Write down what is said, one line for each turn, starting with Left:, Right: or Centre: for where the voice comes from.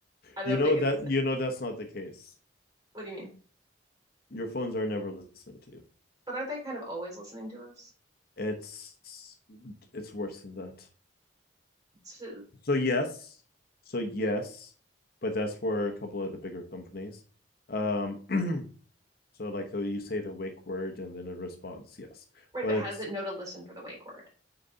Right: I don't
Left: you know
Right: think it's
Left: that
Right: meant.
Left: you know that's not the case.
Right: What do you mean?
Left: Your phones are never listening to you.
Right: But aren't they kind of always listening to us?
Left: It's it's worse than that.
Right: It's-
Left: So yes, so yes, but that's where a couple of the bigger companies. Um, <clears throat> so like though you say the wake word and then it responds yes,
Right: Right,
Left: but
Right: but how does it know to listen for the wake word?